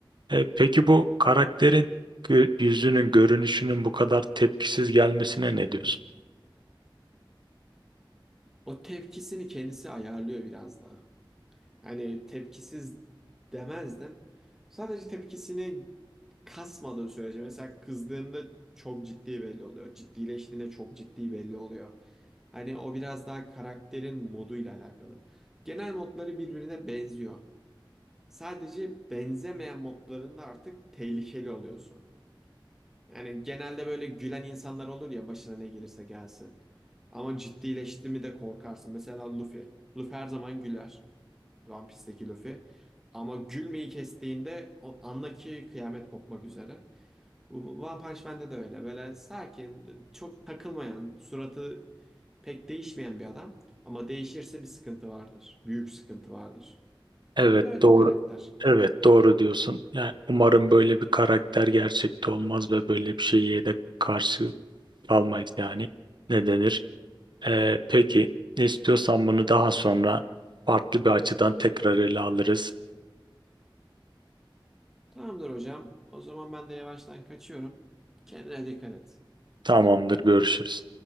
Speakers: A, on the right; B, in the centre.
A: E, peki bu karakterin gö- yüzünün, görünüşünün bu kadar tepkisiz gelmesine ne diyorsun?
B: O tepkisini kendisi ayarlıyor biraz daha. Hani tepkisiz demezdim. Sadece tepkisini kasmadığı sürece mesela kızdığında çok ciddi belli oluyor. Ciddileştiğinde çok ciddi belli oluyor. Hani o biraz daha karakterin moduyla alakalı. Genel modları birbirine benziyor. Sadece benzemeyen modlarında artık tehlikeli oluyorsun. Yani genelde böyle gülen insanlar olur ya başına ne gelirse gelsin. Ama ciddileşti mi de korkarsın. Mesela Luffy. Luffy her zaman güler. One Piece'teki Luffy. Ama gülmeyi kestiğinde o anla ki kıyamet kopmak üzere. One Punch Man'de de öyle. Böyle sakin, çok takılmayan, suratı pek değişmeyen bir adam. Ama değişirse bir sıkıntı vardır. Büyük sıkıntı vardır.
A: Evet,
B: Bu da öyle
A: doğru.
B: bir karakter.
A: Evet doğru diyorsun. Yani umarım böyle bir karakter gerçekte olmaz ve böyle bir şeye de karşı kalmayız yani. Ne denir? Ee, peki ne istiyorsan bunu daha sonra farklı bir açıdan tekrar ele alırız.
B: Tamamdır hocam. O zaman ben de yavaştan kaçıyorum. Kendine dikkat et.
A: Tamamdır görüşürüz.